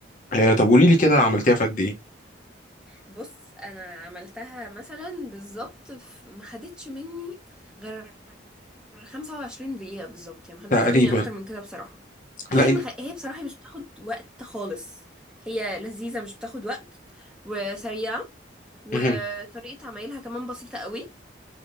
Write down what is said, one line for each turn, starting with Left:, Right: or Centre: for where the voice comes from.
Left: آه، طب قولي لي كده عملتيها في قد ايه؟
Centre: بص انا عملتها مثلا بالظبط في- ما خدتش مني غير خمسة وعشرين دقيقة بالظبط يعني ما خدتش
Left: تقريبا
Centre: مني أكتر من كده بصراحة هي
Left: لا انت
Centre: مخ... هي بصراحة مش بتاخد وقت خالص هي لذيذة مش بتاخد وقت وسريعة وطريقة
Left: مهم.
Centre: عمايلها كمان بسيطة قوي